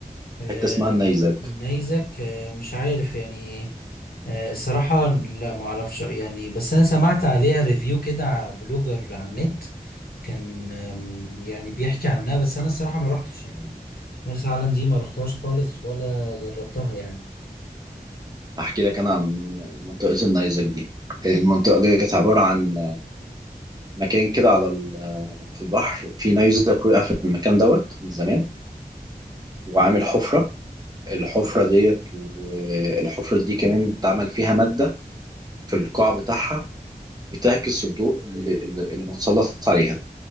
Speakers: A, on the left (about 70°); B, on the right (about 25°).
A: آه،
B: حته اسمها النيزك
A: نيزك آه، مش عارف يعني آه، الصراحة لا ما اعرفش يعني بس انا سمعت عليها ريفيو كده على بلوجر على النت كان آم، يعني بيحكي عنها بس انا الصراحة ما روحتش يعني مرسى علم دي ما روحتهاش خالص ولا جربتها يعني
B: احكي لك انا عن منطقه النيزك دي المنطقه ديت عباره عن مكان كده على ال- في البحر في نيزك وقع في المكان دوت من زمان وعامل حفره الحفره ديت والحفره دي كمان اتعمل فيها ماده في القاع بتاعها بتعكس الضوء اللي, اللي اللي متسلط عليها